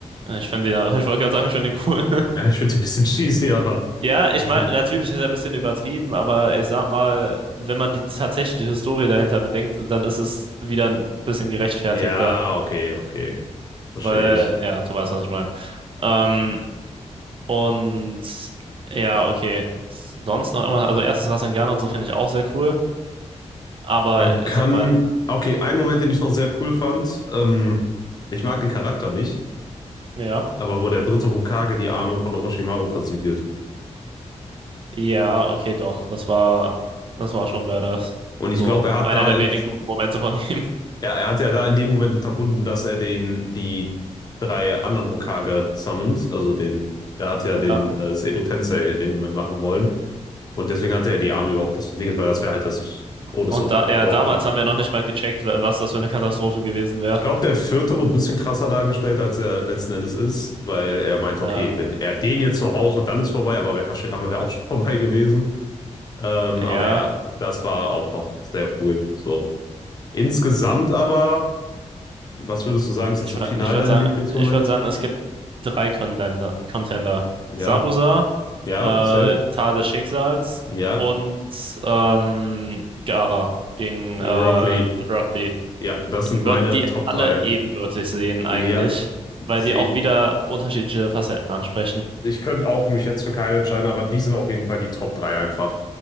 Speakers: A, on the right (about 45°); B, on the left (about 35°).
A: Ich finde ihn, <laughs> ich wollte gerade sagen, ich finde ihn cool. <laughs>
B: Ja, ich finde die ein bisschen cheesy, aber.
A: Ja, ich
B: <laughs>
A: meine, natürlich ist er ein bisschen übertrieben, aber ich sag mal, wenn man die tatsächliche Historie dahinter bedenkt, dann ist es wieder ein bisschen gerechtfertigter.
B: Ja, okay, okay. Verstehe
A: Weil,
B: ich.
A: ja, du weißt, was ich meine. Ähm, und ja, okay. Sonst noch irgendwas, also erstes Rasengan und so finde ich auch sehr cool. Aber
B: Man
A: ich
B: kann.
A: sag mal,
B: Okay, ein Moment, den ich noch sehr cool fand. Ähm, ich mag den Charakter nicht,
A: ja,
B: aber wo der dritte Hokage die Arme von Orochimaru versiegelt.
A: ja, okay, doch. Das war, das war schon badass.
B: Und ich
A: So,
B: glaube, er hat
A: einer
B: da
A: der
B: im
A: wenigen guten Momente von <laughs> ihm.
B: Ja, er hat ja da in dem Moment unterbunden, dass er den, die drei anderen Hokage summont. Also den, der hat ja
A: Ja.
B: den äh, Edo Tensei in dem Moment machen wollen. Und deswegen hat er ja die Arme überhaupt das versiegelt, weil das wäre halt das Todesurteil
A: Und da,
B: vom
A: ja,
B: Dorf
A: damals
B: gewesen.
A: haben wir noch nicht mal gecheckt, was das für eine Katastrophe gewesen wäre.
B: Ich glaube, der vierte wird ein bisschen krasser dargestellt, als er letzten Endes ist, weil er meint,
A: Ja,
B: okay, wenn er den jetzt noch raus und dann ist vorbei, aber bei Hashirama wäre auch schon <laughs> vorbei gewesen. Ähm, aber
A: ja.
B: ja, das war auch noch sehr cool. So. Insgesamt aber, was würdest du sagen, ist
A: Ich,
B: jetzt so
A: wür-
B: final
A: ich würde
B: dein
A: sagen,
B: Lieblingsmoment?
A: ich würde sagen, es gibt drei Contender. Contender.
B: Ja,
A: Sabuza,
B: ja,
A: äh,
B: safe.
A: Tal des Schicksals
B: Ja,
A: und ähm, Gaara gegen äh,
B: Rock Lee.
A: Rock Lee.
B: Ja, das
A: Ich
B: sind meine
A: würde die
B: Top
A: alle
B: 3.
A: ebenbürtig sehen eigentlich,
B: Ja,
A: weil
B: seh.
A: die auch wieder unterschiedliche Facetten ansprechen.
B: Ich könnte auch mich jetzt für keinen entscheiden, aber die sind auf jeden Fall die Top 3 einfach.